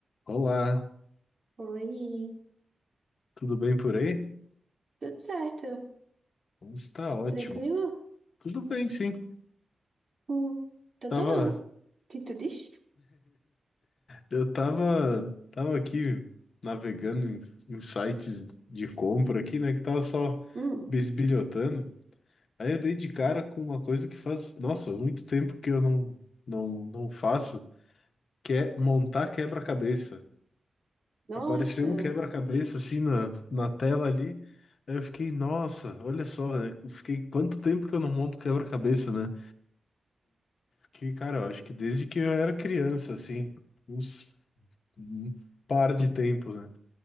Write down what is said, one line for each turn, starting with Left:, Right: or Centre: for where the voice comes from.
Left: Olá,
Right: Oi,
Left: tudo bem por aí?
Right: tudo certo?
Left: Como está ótimo.
Right: Tranquilo?
Left: Tudo bem, sim.
Right: Hum, então
Left: Tava,
Right: tá bom. O que tu diz?
Left: eu tava, tava aqui navegando em, em sites de compra aqui, né? Que tava só
Right: Hum,
Left: bisbilhotando. Aí eu dei de cara com uma coisa que faz, nossa, muito tempo que eu não, não, não faço, que é montar quebra-cabeça.
Right: nossa,
Left: Apareceu um quebra-cabeça assim na, na tela ali. Aí eu fiquei, nossa, olha só, né? eu Fiquei quanto tempo que eu não monto quebra-cabeça, né? Que, cara, eu acho que desde que eu era criança, assim, uns um par de tempos, né?